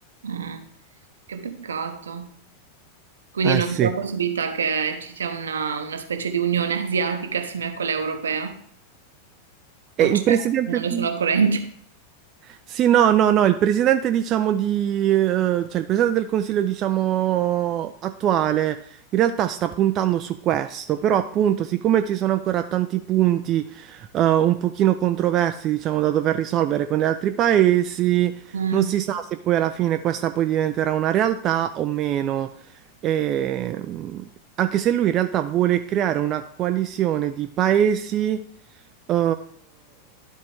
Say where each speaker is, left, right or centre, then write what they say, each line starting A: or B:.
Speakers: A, on the right; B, on the right.
A: mm. Che peccato. Quindi
B: Eh
A: non
B: sì.
A: c'è la possibilità che ci sia una, una specie di unione asiatica simile a quella europea?
B: E
A: O c'è?
B: il presidente...
A: Non ne sono a corrente.
B: Sì, no, no, no, il presidente, diciamo, di, eh, cioè il presidente del Consiglio, diciamo, attuale, in realtà sta puntando su questo, però appunto, siccome ci sono ancora tanti punti, eh, un pochino controversi, diciamo, da dover risolvere con gli altri paesi,
A: Mm.
B: non si sa se poi alla fine questa poi diventerà una realtà o meno. E, mm, anche se lui in realtà vuole creare una coalizione di paesi eh,